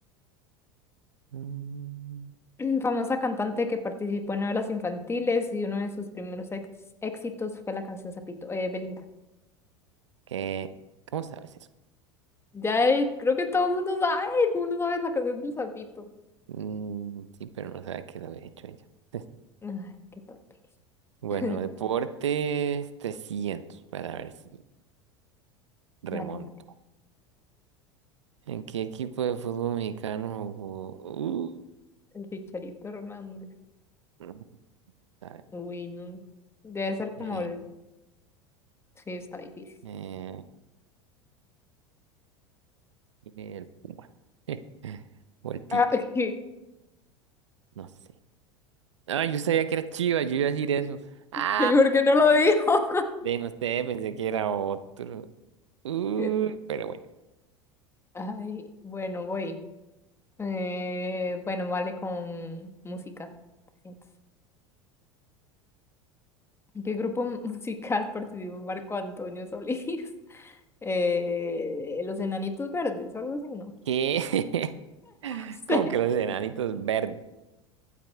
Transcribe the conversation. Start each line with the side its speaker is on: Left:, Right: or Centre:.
Right: Mm,
Left: <clears throat> Famosa cantante que participó en novelas infantiles y uno de sus primeros ex- éxitos fue la canción Zapito, eh, Belinda.
Right: ¿Qué? ¿Cómo sabes eso?
Left: Ya eh, creo que todo el mundo sabe, todo el mundo sabe la canción del Zapito.
Right: Mm, sí, pero no sabe qué lo había hecho ella. <laughs>
Left: Ay, qué torpe.
Right: Bueno,
Left: <laughs>
Right: deportes 300, para ver si remonto.
Left: Dale, dale.
Right: ¿En qué equipo de fútbol mexicano jugó? Uh,
Left: El Chicharito Hernández.
Right: no sabe,
Left: Uy, no. Debe ser como
Right: ahí,
Left: el... Sí, está difícil.
Right: eh, el Puma. <laughs> O el Tigre,
Left: Ah, <laughs> ¿Y
Right: no sé. Ah, yo sabía que era Chivas, yo iba a decir eso. Ah,
Left: por qué no lo dijo?
Right: de no sé, pensé que era otro. Uy,
Left: <laughs> Que-
Right: pero bueno.
Left: Ay, bueno, voy. Eh, bueno, vale con música. 300. ¿En qué grupo <laughs> musical participó Marco Antonio Solís? <laughs> Eh, Los Enanitos Verdes, algo así, no.
Right: ¿Qué? <laughs>
Left: <laughs>
Right: Como
Left: sé,
Right: que los enanitos verdes.